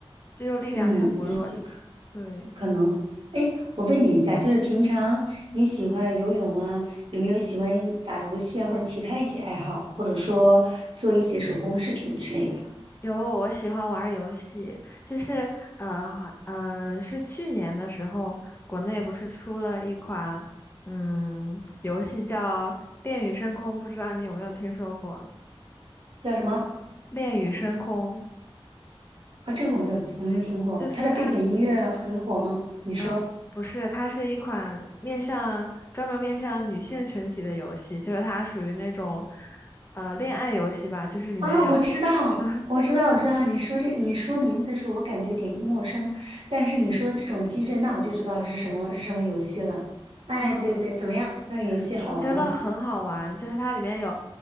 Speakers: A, on the left; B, on the right.
A: 肌肉力量太薄弱。
B: 嗯，也许。
A: 对，
B: 可能，哎，我问你一下，就是平常你喜欢游泳啊，有没有喜欢打游戏啊，或者其他一些爱好，或者说做一些手工饰品之类的？
A: 有，我喜欢玩儿游戏，就是呃，好，呃，是去年的时候，国内不是出了一款嗯游戏叫《恋与深空》，不知道你有没有听说过？
B: 叫什么
A: 《恋与深空》
B: 啊？这个我没有，我没有听过。
A: 就是它，
B: 它的背景音乐很火吗？你说
A: 呃，不是，它是一款面向专门面向女性群体的游戏，就是它属于那种呃恋爱游戏吧，就是里面有
B: 啊，我知道，
A: <laughs>，
B: 我知道，我知道。你说这，你说名字的时候，我感觉有点陌生，但是你说的这种机制，那我就知道了是什么是什么游戏了。哎，
A: 嗯
B: 对对对，怎么样？那个游戏好玩吗？
A: 我觉得很好玩，就是它里面有